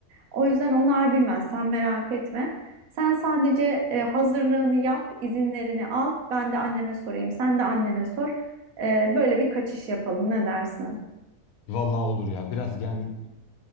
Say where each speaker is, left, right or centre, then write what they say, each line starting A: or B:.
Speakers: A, on the right (about 80°); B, on the left (about 90°).
A: O yüzden onlar bilmez sen merak etme. Sen sadece e, hazırlığını yap, izinlerini al. Ben de anneme sorayım, sen de annene sor. E, böyle bir kaçış yapalım. Ne dersin?
B: Vallahi olur ya. Biraz yani